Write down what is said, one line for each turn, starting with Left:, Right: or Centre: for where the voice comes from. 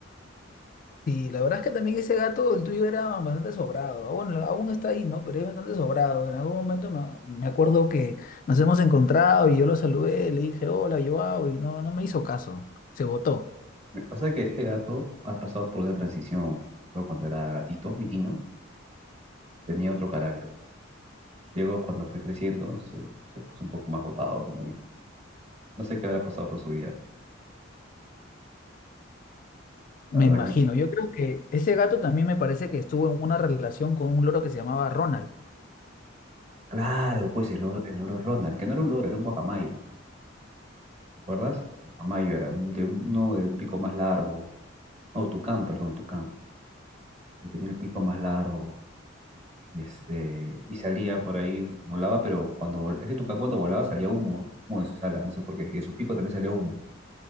Left: Y la verdad es que también ese gato, el tuyo, era bastante sobrado. Aún, aún está ahí, ¿no? Pero es bastante sobrado. En algún momento me, me acuerdo que nos hemos encontrado y yo lo saludé, le dije hola, Joao, y no, no me hizo caso. Se botó,
Right: Me pasa que este gato ha pasado por una transición. Pero cuando era gatito, menino, tenía otro carácter. Luego, cuando fue creciendo, se, se puso un poco más botado, como dije. No sé qué habrá pasado por su vida.
Left: me
Right: La verdad
Left: imagino.
Right: que no sé.
Left: Yo creo que ese gato también me parece que estuvo en una relación con un loro que se llamaba Ronald.
Right: Claro, pues el, loro- el loro Ronald, que no era un loro, era un guacamayo, ¿te acuerdas? Guacamayo era un- de un- uno de un pico más largo, no, tucán, perdón, tucán, que tenía el pico más largo, y este, y salía por ahí, volaba, pero cuando vol- ese tucán cuando volaba salía humo, humo de sus alas, no sé por qué, y de su pico también salía humo,